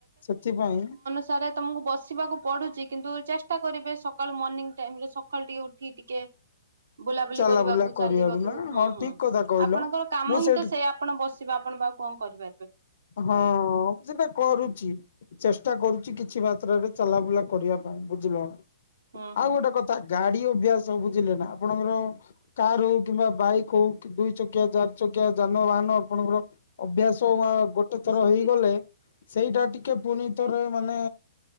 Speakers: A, on the left; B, on the right.
A: ସେଥିପାଇଁ
B: ଛାଡ଼ ତମକୁ ବସିବାକୁ ପଡୁଛି କିନ୍ତୁ ଚେଷ୍ଟା କରିବେ ସକାଳୁ ମର୍ଣ୍ଣିିଂ ଟାଇମ ରେ ସକାଳୁ ଟିକେ ଉଠି ଟିକେ
A: <inaudible>
B: ବୁଲାବୁଲି
A: ଚାଲାବୁଲା
B: କରିବାକୁ ଚାଲିବାକୁ
A: ନା
B: ହଁ ହଁ।
A: ଠିକ କଥା କହିଲ।
B: ଆପଣଙ୍କର କାମ
A: ମୁଁ
B: ହିଁ
A: ସେଇଠି
B: ତ ସେଇୟା ଆପଣ ବସିବେ ଆପଣ ବା ଆଉ କଣ କରିପାରିବେ।
A: ହଁ ମୁଁ ସେଟା କରୁଛି। ଚେଷ୍ଟା କରୁଛି କିଛି ମାତ୍ରରେ ଚଲାବୁଲା କରିବା ପାଇଁ ବୁଝିଲ।
B: ହୁଁ
A: ଆଉ
B: ହୁଁ
A: ଗୋଟେ କଥା ଗାଡି ଅଭ୍ୟାସ ବୁଝିଲେ ନା ଆପଣଙ୍କର କାର ହଉ କିମ୍ବା ବାଇକ୍ ହଉ କି ଦୁଇ ଚକିଆ ଚାରି ଚକିଆ ଯାନବାହାନ ଆପଣଙ୍କର ଅଭ୍ୟାସ ଆ ଗୋ ଗୋଟେଥର
B: ସୁପି
A: ହେଇଗଲେ ସେଇଟା ଟିକେ ପୁଣିଥରେ ମାନେ